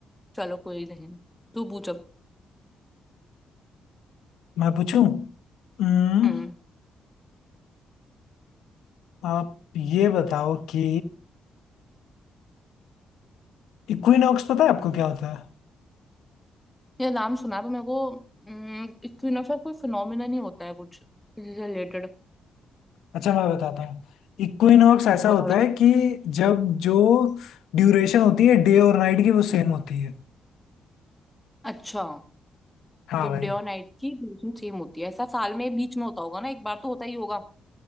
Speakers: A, in the centre; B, on the left.
A: चलो कोई नहीं तू पूछ अब
B: मैं पूछूं हम्म,
A: हम्म
B: आप ये बताओ कि इक्विनॉक्स पता है आपको क्या होता है
A: ये नाम सुना है पर मेरे को इक्विनोक्स का कोई फिनोमिना नहीं होता है कुछ इससे रिलेटेड
B: अच्छा मैं बताता हूँ इक्विनॉक्स ऐसा
A: बता
B: होता
A: दो
B: है कि जब जो ड्यूरेशन होती है डे और नाइट की वो सेम होती है
A: अच्छा
B: हाँ
A: जब
B: भाई
A: डे और नाइट की ड्यूरेशन सेम होती है ऐसा साल में बीच में होता होगा ना एक बार तो होता ही होगा